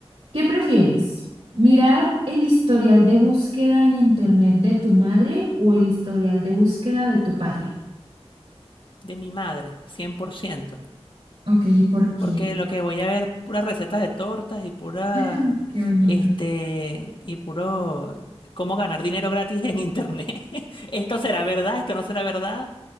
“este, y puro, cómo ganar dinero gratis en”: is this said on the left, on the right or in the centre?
Left